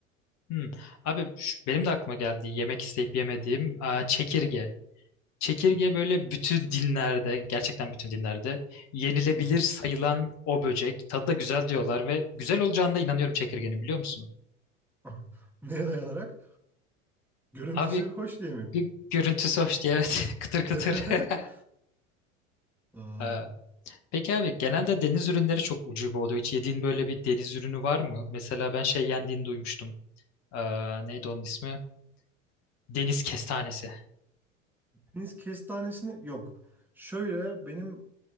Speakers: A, on the left; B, in the centre.
A: Hmm. Abi şu- benim de aklıma geldi. Yemek isteyip yemediğim aa, çekirge. Çekirge
B: Hı
A: böyle bütün dinlerde, gerçekten bütün dinlerde yenilebilir
B: hı.
A: sayılan o böcek. Tadı da güzel diyorlar ve güzel olacağına da inanıyorum çekirgenin biliyor musun?
B: <laughs> Neye dayanarak? Görüntüsü
A: Abi
B: hoş diye mi?
A: gö- görüntüsü hoş diye evet <laughs> kıtır
B: <laughs>
A: kıtır. <laughs>
B: Ay.
A: Ee, Peki abi genelde deniz ürünleri çok ucube oluyor. Hiç yediğin böyle bir deniz ürünü var mı? Mesela ben şey yendiğini duymuştum. Ee, neydi onun ismi? Deniz kestanesi.
B: Deniz kestanesini yok. Şöyle benim